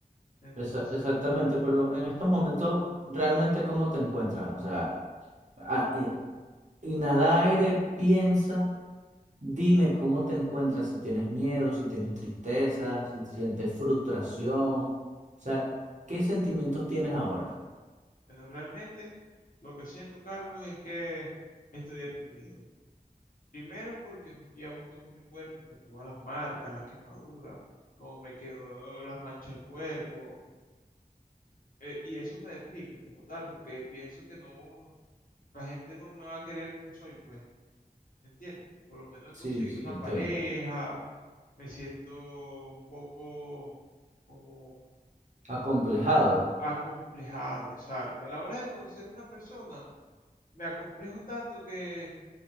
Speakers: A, on the left; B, on the right.
A: Entonces,
B: Esa- exactamente, pero en estos momentos, ¿realmente cómo te encuentras? O sea, a- eh, inhala aire, piensa, dime cómo te encuentras, si tienes miedo, si tienes tristeza, si te sientes frustración. O sea, ¿qué sentimientos tienes ahora?
A: bueno, realmente lo que siento, Carlos, es que estoy deprimido. Primero porque no estoy a gusto con mi cuerpo por todas las marcas, las quemaduras, cómo me quedó las manchas del cuerpo. eh, y eso me deprime como tal, porque pienso que no, la gente no me va a querer como soy, pues, ¿me entiendes? Por lo menos
B: Sí,
A: conseguir
B: sí,
A: una
B: entiendo.
A: pareja, me siento un poco como
B: Acomplejado.
A: acomplejado, exacto. A la hora de conocer a una persona, me acomplejo tanto que,